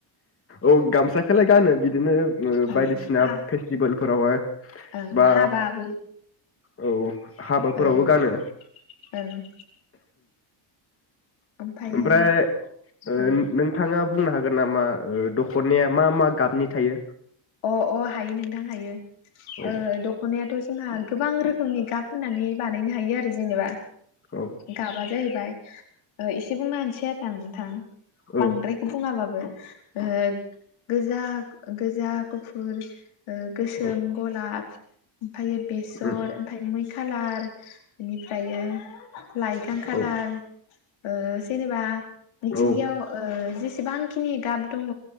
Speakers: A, on the left; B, on the left.
A: औ गामसाखोलाय गानो बिदिनो। ओ
B: ओं
A: बायदिसिना
B: हा
A: फेस्टिभेलफोरावहाय
B: ओं
A: बा
B: हाबा बै
A: औ हाबाफोरावबो
B: औ
A: गानो
B: ओं ओमफ्रायो
A: ओमफ्राय ओ
B: ओं
A: नोंथां। नोंङा बुंनो हागोन नामा? ओ दख'नाया मा मा गाब नि थायो
B: अ अ हायो नोंथां हायो।
A: औ
B: ओ दख'नायाथ' जोंहा गोबां रोखोमनि गाब होनानै बानायनो हायो आरो जेनेबा।
A: औ
B: गाबा जायो बाय ओ एसे बुंनो होनसै आरो नोंथां
A: औ
B: बांद्रायखौ बुङाबाबो ओ गोजा गोजाब गुफुर ओ गोसोम,
A: औ
B: गलाब ओमफायो बेसर
A: उम
B: ओमफाय मै खालार बेनिफ्रायो‌ लायगां खालार
A: औ
B: ओ जेनेबा मिथिंगायाव
A: औ
B: ओ जेस बेसेबांखिनि गाब दङ'